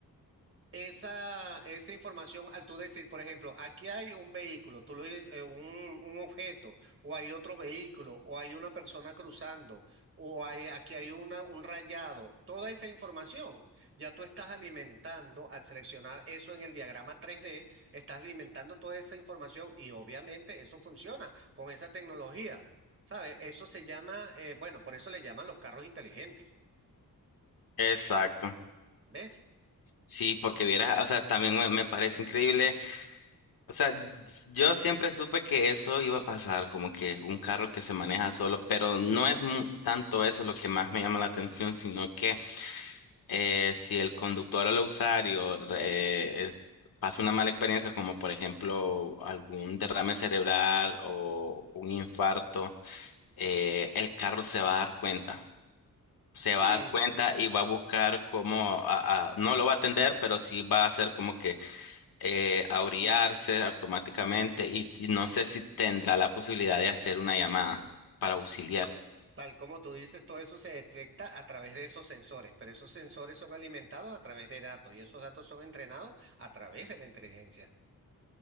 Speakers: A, on the right; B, on the left.
A: Esa, esa información, al tú decir, por ejemplo, aquí hay un vehículo, tú lo, ident- eh, un, un objeto, o hay otro vehículo, o hay una persona cruzando, o hay, aquí hay una, un rayado, toda esa información, ya tú estás alimentando, al seleccionar eso en el diagrama tres d estás alimentando toda esa información y obviamente eso funciona con esa tecnología, ¿sabes? Eso se llama, eh, bueno, por eso le llaman los carros inteligentes,
B: Exacto.
A: ¿ves?
B: Sí, porque vieras, o sea, también me, me parece increíble. O sea, yo siempre supe que eso iba a pasar, como que un carro que se maneja solo, pero no es mu- tanto eso lo que más me llama la atención, sino que eh, si el conductor o el usuario re- eh, pasa una mala experiencia, como por ejemplo algún derrame cerebral o un infarto, eh, el carro se va a dar cuenta. Se
A: Sí.
B: va a dar cuenta y va a buscar cómo, a- a- no lo va a atender, pero sí va a hacer como que eh, a automáticamente y, y no sé si tendrá la posibilidad de hacer una llamada para auxiliar.
A: Tal como tú dices, todo eso se detecta a través de esos sensores, pero esos sensores son alimentados a través de datos y esos datos son entrenados a través de la inteligencia.